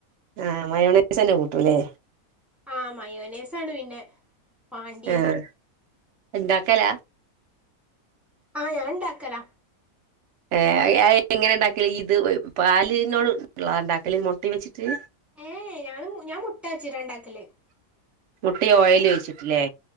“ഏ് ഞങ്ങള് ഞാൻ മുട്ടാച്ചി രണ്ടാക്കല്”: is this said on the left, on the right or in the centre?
Centre